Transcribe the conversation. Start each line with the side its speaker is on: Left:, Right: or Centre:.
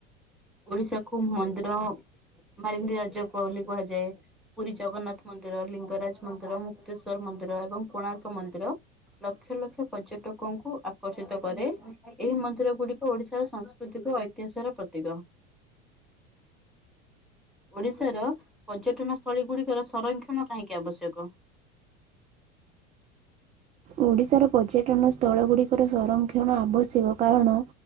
Centre: ଓଡିଶାକୁୁ ମନ୍ଦିର ମାଳିନୀ ରାଜ ବୋଲି କୁହାଯାଏ। ପୁରୀ ଜଗନ୍ନାଥ ମନ୍ଦିର ଲିଙ୍ଗରାଜ ମନ୍ଦିର ମୁକ୍ତେଶ୍ଵର ମନ୍ଦିର ଏବଂ କୋଣାର୍କ ମନ୍ଦିର ଲକ୍ଷ ଲକ୍ଷ ପର୍ଯ୍ୟଟକଙ୍କୁ ଆକର୍ଷିତ କରେ। ଏହି ମନ୍ଦିର ଗୁଡିକ ଓଡିଶାର ସାଂସ୍କୃତିକ ଐତିହାସର ପ୍ରତୀକ। ଓଡିଶାର ପର୍ଯ୍ୟଟନ ସ୍ଥଳୀ ଗୁଡିକର ସଂରକ୍ଷଣ କାହିଁକି ଆବଶ୍ୟକ?
Right: ଓଡ଼ିଶାର ପର୍ଯ୍ୟଟନ ସ୍ଥଳ ଗୁଡିକର ସଂରକ୍ଷଣ ଆବଶ୍ୟକ କାରଣ